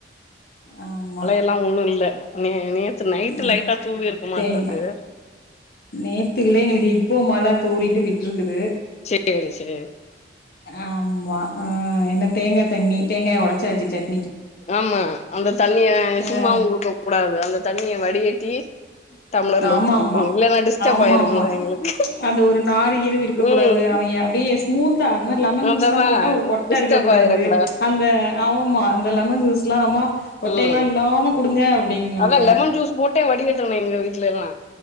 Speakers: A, on the left; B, on the left.
A: ஆமா
B: இப்பலா ஒன்னு இல்ல நே நேத்து நைட்டு
A: ம்
B: லைட்டா தூவி இருக்கு மாட்று
A: தேங்கா
B: ருக்கு
A: நேத்து இல்ல எங்களுக்கு இப்போ மழ தூரிட்டு விட்ருக்குது
B: சேரி சேரி
A: ஆமா ஆ என்ன தேங்கா தண்ணி தேங்காய ஒடச்சாச்சுச் சட்
B: ஆமா அந்த தண்ணிய சும்மாவு
A: ஆ
B: குடுக்க கூடாது அந்த தண்ணிய வடிகட்டி டம்ளர்ல
A: ஆமா
B: ஊத்தி குடுக்கணு
A: ஆமா
B: இல்லன்னா டிஸ்டர்ப்
A: ஆமா
B: ஆயிரும்ல
A: ஆமா
B: எங்களுக்கு
A: அந்த ஒரு நாரு இருவு இருக்க கூடாது
B: ம்
A: அவங்க அப்டியே ஸ்மூத்தா அந்த மாரி லெமன் ஜூஸ்
B: அததா
A: எல்லாம் போட்டா ஒரு கொட்ட
B: டிஸ்டர்ப்
A: இருக்க கூடாது
B: ஆயிரக்
A: அந்த ஆம்மா இந்த லெமன் ஜூஸ்லா அம்மா கொட்டையெல்லா
B: ம்
A: இல்லாம குடுங்க அப்டிங்குவாங்க
B: அதா லெமன் ஜூஸ் போட்டே வடிகட்டனு எங்க வீட்லல்லா